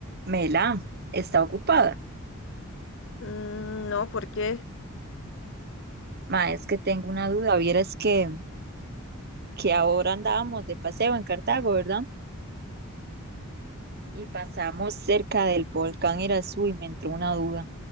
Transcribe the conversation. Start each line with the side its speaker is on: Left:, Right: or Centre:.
Right: Mela, está ocupada.
Left: Mm, No, porque
Right: Ma, es que tengo una duda. Vieras que, que ahora andábamos de paseo en Cartago, ¿verdad? Y pasamos cerca del volcán Irazú y me entró una duda.